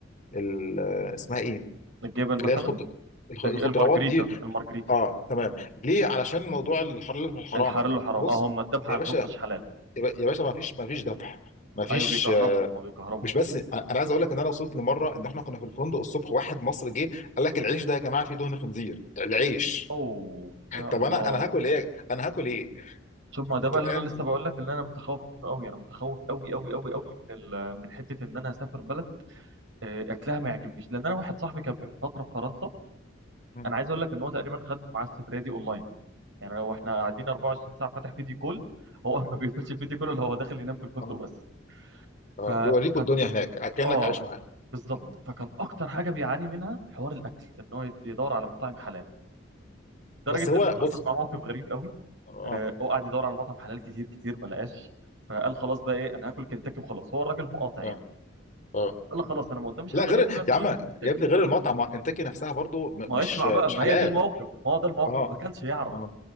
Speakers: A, on the left; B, on the right.
A: ال- آه، اسمها ايه
B: الجبن
A: اللي
B: مثلا
A: هي الخض الخ-
B: المارجريتا
A: الخضروات دي
B: المارجريتا
A: اه تمام ليه علشان موضوع الحلال والحرام
B: الحلال وحرام
A: بص
B: اه هم الذبح
A: يا
B: عندهم
A: باشا
B: مش حلال
A: يا باشا ما فيش ما فيش ذبح ما فيش
B: ايوه بيكهربوا هم بيكهربوا
A: مش بس انا عايز اقول لك ان انا وصلت لمره ان احنا كنا في الفندق الصبح واحد مصري جه قال لك العيش ده يا جماعه فيه دهن خنزير العيش
B: اوه
A: <laughs>
B: يا
A: طب
B: الله
A: انا انا هاكل ايه انا هاكل ايه
B: شوف
A: <laughs>
B: ما ده
A: انت
B: بقى اللي
A: فاهم
B: انا لسه بقول لك اللي انا متخوف منه قوي انا متخوف قوي قوي قوي قوي من ال- من حته ان انا اسافر بلد آه، اكلها ما يعجبنيش لان انا واحد صاحبي كان من فتره في فرنسا
A: مم.
B: انا عايز اقول لك ان هو تقريبا خد معاه السفريه دي اونلاين يعني لو احنا قاعدين 24 ساعه فاتح فيديو كول هو <laughs> ما بيقفلش الفيديو كله اللي هو داخل ينام في الفندق
A: اه
B: بس
A: اه
B: فكان
A: بيوريكوا الدنيا هناك كانك
B: اه
A: عايش معاه
B: بالظبط
A: مم.
B: فكان اكتر حاجه بيعاني منها حوار الاكل ان هو يت- يدور على مطاعم حلال لدرجه
A: بس هو
B: ان حصل
A: بص
B: معاه موقف غريب قوي
A: اه
B: آه، هو قعد يدور على مطعم حلال كتير كتير ما لقاش فقال خلاص بقى ايه انا هاكل كنتاكي وخلاص هو الراجل مقاطع
A: اه
B: يعني
A: اه
B: قال خلاص انا ما قداميش حل
A: لا غير
B: غير كده ادخل
A: يا عم
B: اخر كنتاكي
A: يا ابني غير المطعم ما كنتاكي نفسها برضو م-
B: ما هو
A: مش
B: اسمع
A: مش
B: بقى ما
A: حلال
B: هي دي الموقف ما هو ده الموقف
A: اه
B: ما كانش يعرف
A: اه